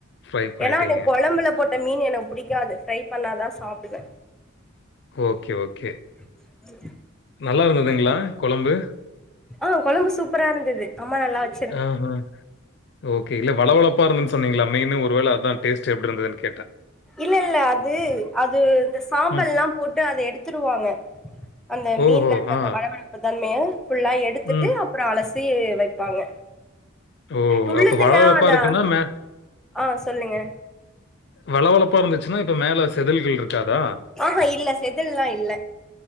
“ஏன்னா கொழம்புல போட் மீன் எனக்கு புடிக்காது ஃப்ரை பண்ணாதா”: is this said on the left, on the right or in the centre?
Centre